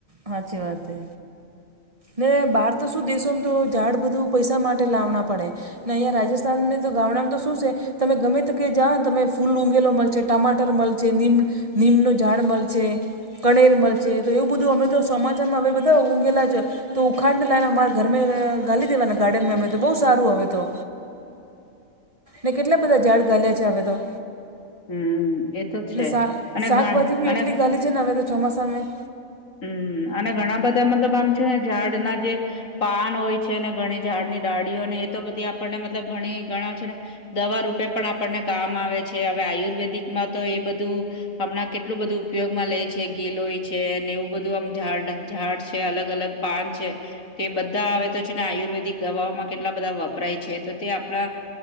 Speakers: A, on the right; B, on the left.
A: હાચી વાત છે. ને બહાર તો શું દેશો, એમ તો ઝાડ બધું પૈસા માટે લાવના પડે. ના, અહીંયા રાજસ્થાનમાં તો ગામડામાં તો શું છે? તમે ગમે તા કે જાઓને, તમે ફૂલ ઊઘેલો મળશે, ટમાટર મળશે. નીમનો ઝાડ મળશે. કણેર મળશે, તો એવું બધું અમે તો સમાચારમાં હવે બધા ઊઘેલા છે. તો ઉખાડને લાવને, અમારા ઘર ગાલી દેવાના ગાર્ડનમાં, અમે તો બહુ સારું હવે તો. ને કેટલા બધા ઝાડ ગાલ્યા છે, હવે તો.
B: હમ એ તો છે
A: શાકભાજી
B: અને ઘ
A: ભી
B: અને
A: એટલી ગાલી છે ને, હવે તો ચોમાસામાં.
B: હમ અને ઘણા બધા મતલબ આમ છે ને, ઝાડના જે પાન હોય છે ને, ઘણી ઝાડની ડાળીઓ ને, એ તો બધી આપણને મતલબ ઘણી ઘણા છે ને. દવા રૂપે પણ આપણને કામ આવે છે, હવે આયુર્વેદિકમાં તો એ બધું. હમણાં કેટલું બધું ઉપયોગમાં લે છે, ગીલોય છે, અને એવું બધું આમ ઝાડ ઝાડ છે, અલગ અલગ પાન છે, તે બધા આવે તો છે ને, આયુર્વેદિક દવાઓમાં કેટલા બધા વપરાય છે, તો તે આપણા